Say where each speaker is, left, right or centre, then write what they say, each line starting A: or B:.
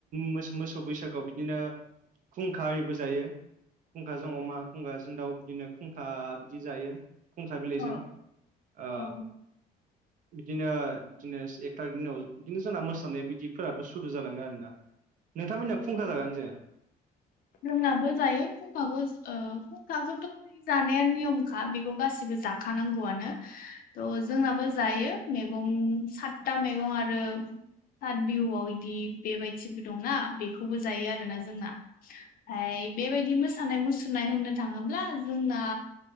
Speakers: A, on the right; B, on the left.
A: मोसौ मोसौ बैसागोआव बिदिनो खुंखा आरिबो जायो खुंखाजों अमा खुंखाजों दाउ बिदिनो खुंखा बिदि जायो खुंखा बिलाइजों
B: औ
A: ओ
B: औ
A: बिदिनो बिदिनो से थारिकनि उनाव बिदिनो जोंना मोसानाय बायदिफोराबो सुरु जालाङो आरोना नोंथांमोननिया फुंखा जागोनना जाया
B: जोंनाबो जायो खुंखाखौ ओ खुंखाखौथ जानाया नियमखा बेखौ गासिबो जाखानांगौआनो थ जोंनाबो जायो मैगं सातथा मैगं आरो हाथ बिहुआव इदि बेबायदिबो दंना बेखौबो जायो आरोोना जोंना ओमफ्राय बेबायदि मोसानाय मुसुरनाय होननो थाङोब्ला जोंना